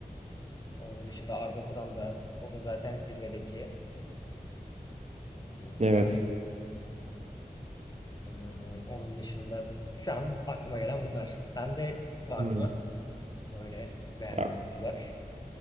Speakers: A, on the left; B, on the right.
A: Onun dışında Arda Turan da o da zaten zirvedeki diyebilirim.
B: Evet.
A: Hmm, onun dışında şu an aklıma gelen bunlar. Sende var
B: Hmm.
A: mı? Böyle beğendiğim
B: Ya,
A: oyuncular.